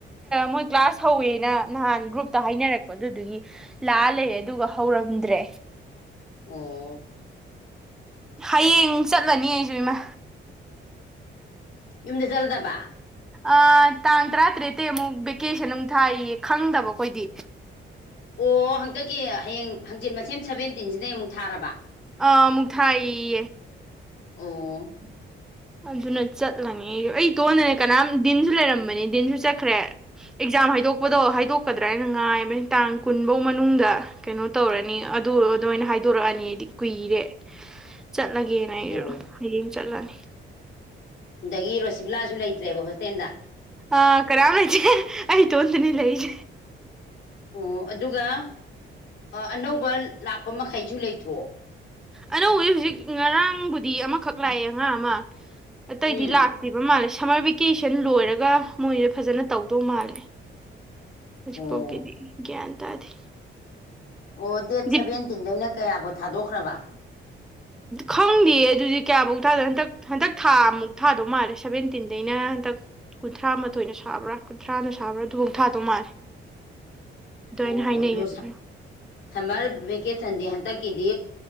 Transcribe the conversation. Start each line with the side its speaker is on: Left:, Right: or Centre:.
Centre: ꯃꯣꯏ ꯀ꯭ꯂꯥꯁ ꯍꯧꯋꯦꯅ ꯅꯍꯥꯟ ꯒ꯭ꯔꯨꯞꯇ ꯍꯥꯏꯅꯔꯛꯄ ꯑꯗꯨꯗꯨꯒꯤ ꯂꯥꯛꯑ ꯂꯩ ꯑꯗꯨꯒ ꯍꯧꯔꯝꯗ꯭ꯔꯦ
Left: ꯑꯣ
Centre: ꯍꯌꯦꯡ ꯆꯠꯂꯅꯤ ꯑꯩꯁꯨ ꯏꯃꯥ
Left: ꯌꯨꯝꯗ ꯆꯠꯂꯗꯕ
Centre: ꯑ ꯇꯥꯡ ꯇꯔꯥꯇꯔꯦꯇꯩ ꯑꯃꯨꯛ ꯚꯦꯀꯦꯁꯟ ꯑꯃꯨꯛ ꯊꯥꯏꯌꯦ ꯈꯪꯗꯕ ꯑꯩꯈꯣꯏꯗꯤ
Left: ꯑꯣ ꯍꯟꯇꯛꯀꯤ ꯍꯌꯦꯡ ꯍꯪꯆꯤꯠ ꯃꯁꯦꯝ ꯁꯕꯦꯟꯇꯤꯟꯁꯤꯗꯩ ꯑꯃꯨꯛ ꯊꯥꯔꯕ
Centre: ꯑꯃꯨꯛ ꯊꯥꯏꯌꯦ
Left: ꯑꯣ
Centre: ꯑꯗꯨꯅ ꯆꯠꯂꯅꯤ ꯑꯩꯇꯣꯟꯗꯅꯦ ꯀꯅꯥꯝ ꯗꯤꯟꯁꯨ ꯂꯩꯔꯝꯕꯅꯤ ꯗꯤꯟꯁꯨ ꯆꯠꯈ꯭ꯔꯦ ꯑꯦꯛꯖꯥꯝ ꯍꯥꯏꯗꯣꯛꯄꯗꯣ ꯍꯥꯏꯗꯣꯛꯀꯗ꯭ꯔꯥ ꯍꯥꯏꯅ ꯉꯥꯏꯕꯅꯤ ꯇꯥꯡ ꯀꯨꯟꯐꯧ ꯃꯅꯨꯡꯗ ꯀꯩꯅꯣ ꯇꯧꯔꯅꯤ ꯑꯗꯨ ꯑꯗꯨꯃꯥꯏꯅ ꯍꯥꯏꯗꯣꯔꯛꯑꯅꯤꯗꯤ ꯀꯨꯏꯔꯦ
Left: <unintelligible>
Centre: ꯆꯠꯂꯒꯦꯅ ꯑꯩꯁꯨ
Left: ꯑꯣ
Centre: ꯍꯌꯦꯡ ꯆꯠꯂꯅꯤ
Left: ꯑꯗꯒꯤ ꯔꯣꯁꯤꯕꯤꯂꯥꯁꯨ ꯂꯩꯇ꯭ꯔꯦꯕ ꯍꯣꯁꯇꯦꯜꯗ
Centre: ꯑ ꯀꯅꯥꯝ ꯂꯩꯇꯔꯦ ꯑꯩ ꯢꯇꯣꯝꯇꯅꯤ ꯂꯩꯖꯦ
Left: ꯑꯣ ꯑꯗꯨꯒ ꯑꯅꯧꯕ ꯂꯥꯛꯄ ꯃꯈꯩꯁꯨ ꯂꯩꯇ꯭ꯔꯣ
Centre: ꯑꯅꯧ ꯍꯧꯖꯤꯛ ꯍꯧꯖꯤꯛ ꯉꯔꯥꯡꯕꯨꯗꯤ ꯑꯃꯈꯛ ꯂꯥꯛꯑꯦ ꯑꯉꯥꯡ ꯑꯃ ꯑꯇꯩꯗꯤ
Left: ꯎꯝ
Centre: ꯂꯥꯛ ꯄꯤꯕ ꯃꯥꯜꯂꯦ ꯁꯝꯃꯔ ꯚꯦꯀꯦꯁꯟ ꯂꯣꯏꯔꯒ ꯃꯣꯏꯁꯦ ꯐꯖꯅ ꯇꯧꯗꯧ ꯃꯥꯜꯂꯦ ꯍꯧꯖꯤꯛ
Left: ꯑꯣ
Centre: ꯐꯥꯎꯒꯤꯗꯤ ꯒꯌꯥꯟ ꯇꯥꯗꯦ
Left: ꯑꯣ ꯗꯦꯠ
Centre: ꯗꯤꯞ
Left: ꯁꯦꯚꯦꯟꯇꯤꯟꯗꯩꯅ ꯀꯌꯥꯕꯧ ꯊꯥꯗꯣꯛꯈ꯭ꯔꯕ
Centre: ꯈꯪꯗꯦ ꯑꯗꯨꯗꯤ ꯀꯌꯥꯃꯧꯛ ꯊꯥꯗꯣꯏꯅ ꯍꯟꯗꯛ ꯍꯟꯗꯛ ꯊꯥꯃꯨꯛ ꯊꯥꯗꯧ ꯃꯥꯜꯂꯦ ꯁꯚꯦꯟꯇꯤꯟꯗꯩꯅ ꯍꯟꯗꯛ ꯀꯨꯟꯊ꯭ꯔꯥ ꯃꯥꯊꯣꯏꯅ ꯁꯥꯕ꯭ꯔꯥ ꯀꯨꯟꯊ꯭ꯔꯥꯅ ꯁꯥꯕ꯭ꯔꯥ ꯑꯗꯨꯐꯥꯎ ꯊꯥꯗꯧ ꯃꯥꯜꯂꯦ ꯑꯗꯣ
Left: ꯑꯣ
Centre: ꯑꯩꯅ ꯍꯥꯏꯅꯩꯌꯦꯕ
Left: ꯑꯗꯨ ꯁꯝꯃꯔ ꯚꯦꯀꯦꯁꯟꯗꯦ ꯍꯟꯗꯛꯀꯤꯗꯤ